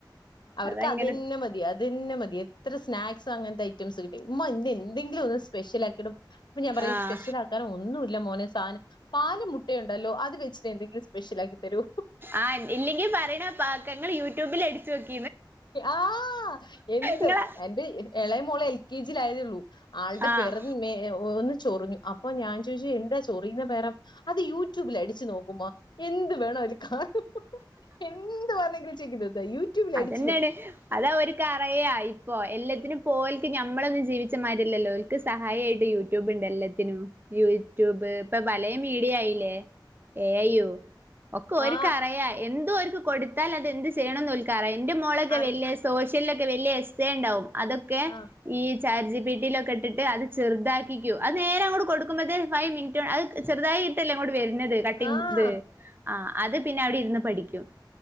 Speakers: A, on the left; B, on the right.
A: അവർക്ക്
B: അതങ്ങനെ
A: അതനെ മതി അതനെ മതി എത്ര സ്നാക്സും അങ്ങനത്തെ ഐറ്റംസ് കി ഉമ്മ ഇന്ന് എന്തെങ്കിലും ഒന്ന് സ്പെഷ്യൽ ആക്കിടുംപ്പൊ ഞാൻ പറയാ
B: ആ
A: സ്പെഷ്യൽ ആക്കാൻ ഒന്നും ഇല്ല മോനെ സാധനം പാല് മുട്ടയുണ്ടല്ലോ അത് വച്ചി്ട്ടെന്തെങ്കിലും സ്പെഷ്യൽ ആക്കി തരോ
B: ആ ഇല്ലെങ്കിൽ പറയണ പാക്കങ്ങൾ യൂട്യൂബിൽ അടിച്ചു വെക്ക
A: ആ എന്ത്
B: ഇങ്ങള
A: എന്റെ ഇളയ മോളെ എൽ കെ ജിയില ആയതേള്ളൂ ആളുടെ
B: ആഹ്
A: പിറന്ന് മേ ചൊറിഞ്ഞു അപ്പൊ ഞാൻ ചോയിച്ചു എന്താ ചോറിയുന്ന <unintelligible> അത് യൂ യുട്യൂബിൽ അടിച്ച് നോക്കുമ്പോ എന്ത് വേണോ അതിൽ കാണും എന്ത് വേണെങ്കിലും ചെക്കയ് യൂട്യൂബില് അടി
B: തെന്നെയാണ് അതവര്ക്കറിയാ ഇപ്പോ എല്ലത്തിനുപ്പോല് ഞമ്മളൊന്നും ജീവിച്ചമാരില്ലല്ലോ ഒല്ക്ക് സഹായിയായിട്ട് യൂട്യൂബ്ണ്ട് എല്ലത്തിനും യൂട്യൂബ് ഇപ്പൊ പലേ മീഡിയ ആയില്ലേ എഐയു ഒക്കെ ഒര്ക്കറിയ
A: ആ
B: എന്തോവര്ക്ക് കൊടുത്താൽ അത് എന്ത് ചെയ്യണന്ന് ഒല്ക്കറിയ് എന്റെ മോളൊക്കെ
A: അറി
B: വല്ല്യ സോഷ്യലൊക്കെ വല്യാ എസ്എ ഇണ്ടാവും അതൊക്കെ
A: ആഹ്
B: ഈ ചാറ്റ്ജിപിട്ടിലൊക്കെ ഇട്ട്ട്ട് അത് ചെറുതാക്കിക്കൂ അത് നേരെ അങ്ങട്ട് കൊടുക്ക്മ്പോത്തേന് ഫൈവ് മിനിറ്റൊ അത് ചെറ്തായി ക്കിട്ടല്ലേ ഇങ്ങോട്ട് വര് ന്നത് കട്ടിങ്‌
A: ആഹ്
B: ത് അത് പിന്നെ അവിടെര്ന്ന് പഠിക്കും